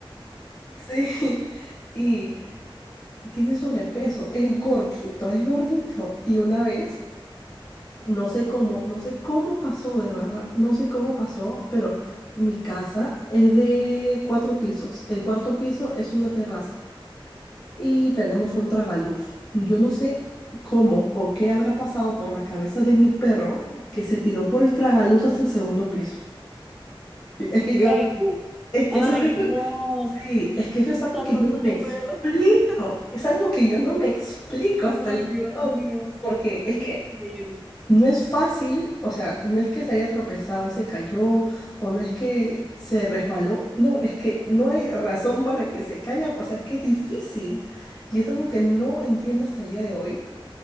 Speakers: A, on the left; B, in the centre.
A: Sí, y tiene sobrepeso, es gordito, es gordito. Y una vez no sé cómo, no sé cómo pasó, de verdad, no sé cómo pasó, pero mi casa es de cuatro pisos. El cuarto piso es una terraza y tenemos un tragaluz. Yo no sé cómo o qué habrá pasado por la cabeza de mi perro que se tiró por el tragaluz hasta el segundo piso. Y Es que yo,
B: Ay, no.
A: es que
B: Ay,
A: eso es algo,
B: no.
A: sí, es que eso
B: Está
A: es algo que
B: loco
A: yo no me
B: tu
A: explico.
B: perro. <laughs>
A: Es algo que yo no me explico hasta
B: Ay,
A: el día
B: Dios
A: de hoy,
B: mío.
A: Porque es
B: Ay,
A: que
B: increíble.
A: No es fácil, o sea, no es que se haya tropezado y se cayó, o no es que se resbaló, no, es que no hay razón para que se caiga, o sea, es que es difícil. Y es algo que no entiendo hasta el día de hoy.